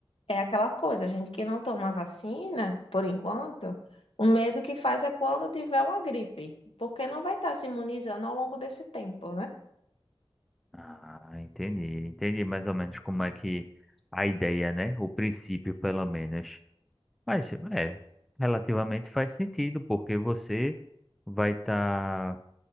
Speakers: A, on the left; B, in the centre.
A: É aquela coisa, a gente que não toma vacina, por enquanto, o medo que faz é quando tiver uma gripe, porque não vai estar se imunizando ao longo desse tempo, né?
B: Ah, entendi, entendi mais ou menos como é que a ideia, né? O princípio, pelo menos. Mas é, relativamente faz sentido, porque você vai estar